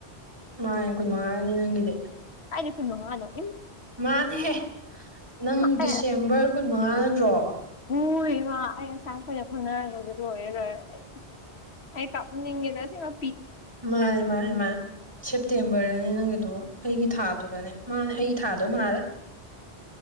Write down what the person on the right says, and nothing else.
ꯃꯥ ꯌꯥꯡ ꯀꯨꯟ ꯃꯉꯥꯅꯦ ꯅꯪꯒꯤꯗꯤ
ꯃꯥꯅꯦꯍꯦ ꯅꯪ
ꯗꯤꯁꯦꯝꯕꯔ
ꯀꯨꯟꯃꯉꯥ ꯅꯠꯇ꯭ꯔꯣ
ꯃꯥꯅꯦ ꯃꯥꯅꯦ ꯃꯥ ꯁꯦꯞꯇꯦꯝꯕꯔꯅꯤ ꯅꯪꯒ ꯑꯗ ꯑꯩꯒꯤ ꯊꯥꯗꯨꯅꯅꯦ ꯃꯥꯅꯦ ꯑꯩꯒꯤ ꯊꯥꯗꯣ ꯃꯥꯂꯦ